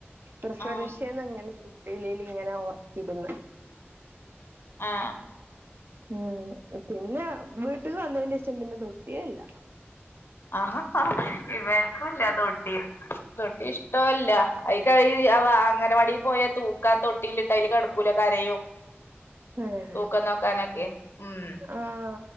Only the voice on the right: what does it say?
പ്രസവരേക്ഷേന്നിങ്ങനെ
തൊട്ടിലില് ഇങ്ങനെ ഒർക്കിട്ന്ന്.
ഉം പിന്നെ വീട്ടക്ക് വന്നെന്റെ ശേഷം പിന്നെ തൊട്ടിയേല്ല.
ഏഹ്
ആഹ്